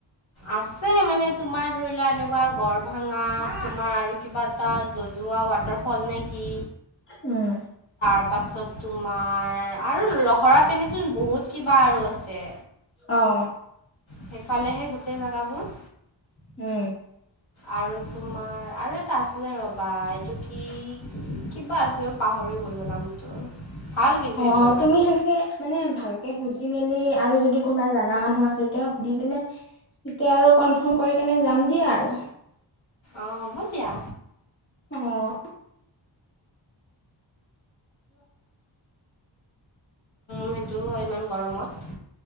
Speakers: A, on the left; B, on the left.
A: আছে মানে তোমাৰ ধৰি লোৱা এনেকুৱা গড় ভাঙা তোমাৰ আৰু কিবা এটা জজ ৰোৱা, ৱাটাৰফল নে কি।
B: উম।
A: তাৰপাছত তোমাৰ আৰু লহৰা পিন্ধনেচোন বহুত কিবা আৰু আছে।
B: অ'।
A: সেইফালেহে গোটেই জোগাবোৰ
B: উম।
A: আৰু তোমাৰ আৰু এটা আছিলে ৰবা এইটো
B: <inaudible>
A: কি কিবা আছিলে ম পাহৰি গ'লো নামটো। ভাল কিন্তু
B: অ,
A: সেইটো জেগাটো
B: তুমি সেনেকে মানে ভালকে সুধি মেলি আৰু যদি কোনোবা জানা মানুহ আছে এতিয়া সুধি পিনে এতিয়া আৰু কনফাৰ্ম কৰি কেনে যাম দিয়া আৰু।
A: অ, হ'ব দিয়া।
B: অ'।
A: সেইটো হয় ইমান গৰমত।